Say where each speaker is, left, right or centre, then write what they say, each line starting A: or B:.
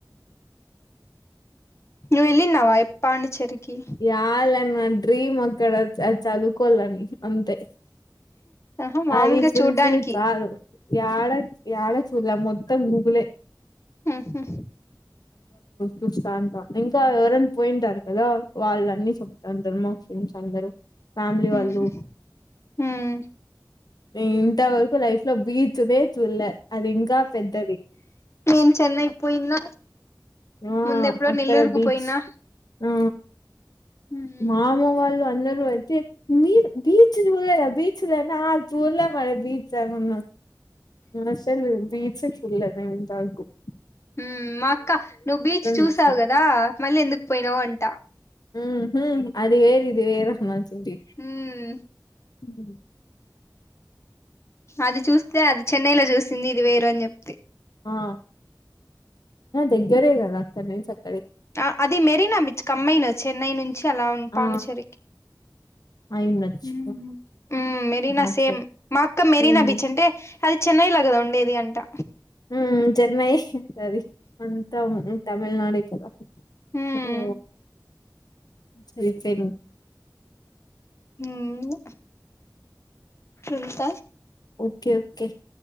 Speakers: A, on the left (about 40°); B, on the left (about 65°).
A: నువ్వు వెళ్ళిన్నావా పాండిచ్చేరికి
B: యాలేన్ డ్రీమ్ అక్కడ చ చదువ్ కొళ్ళని అంతే
A: ఆహా మామూలుగా
B: అది ఫుల్
A: చూడ్డానికి
B: ఫీల్ కాదు యాడ యాడ చూల్ల మొత్తం గూగులే
A: మ్ హు
B: చూస్తాంటా ఇంకా ఎవరన్ పోయింటార్ కదా వాళ్ళన్నీ చెప్తాంటరు ఫ్రెండ్స్ అందరూ ఫ్యామిలీ వాళ్ళు
A: ఉహు ఉమ్
B: నేనన్ ఇంతవరకు లైఫ్లో బీ చుడె చుడ్లా అది ఇంకా పెద్దది
A: నేను చెన్నైకి పోయినా
B: ఆ
A: ముందెప్పుడో
B: అక్కడ
A: నెల్లూరుకు
B: బీచ్
A: పోయినా
B: ఆ
A: ఉమ్
B: మామ వాళ్ళు అందరూ నువ్వైతే బీ బీచ్లే బీచ్ లే ఆ చూలే మరి బీచ్ మ నాసలు బీ చేట్ పెళ్ పోయేంత గోప్
A: ఊ ఊ మా అక్క నువ్వు బీచ్ చూసావు
B: చూసినం
A: కదా మళ్ళీ ఎందుకు పోయినావు అంట
B: మ్మ్ హ్మ్ అది వేరు ఇది వేరు అమ్మ తల్లి
A: హ్మ్
B: మ్మ్
A: అది చూసి ఏ అది చెన్నై లో చూసింది ఇది వేరు గురె
B: ఆ దగ్గరే కదా అక్కడ నుంచి అక్కడ
A: ఆ అది మెరీనా బీచ్ కమ్మయినా చెన్నై నుంచి అలా
B: ఆ
A: పాండుచ్చేరికి
B: అయిండొచ్చు
A: మ్మ్ మ్మ్ మెరీనా
B: అట్లే
A: సేమ్ మా అక్క మెరీనా
B: ఉమ్
A: బీచ్ అంటే అది చెన్నై లా కదా ఉండేది అంటా
B: ఉమ్ చెన్నై ఉంటది అంత తమిళనాడే కధ
A: హ్మ్
B: ఓ సరి ఖైదు
A: మ్మ్ ఎంత
B: okay okay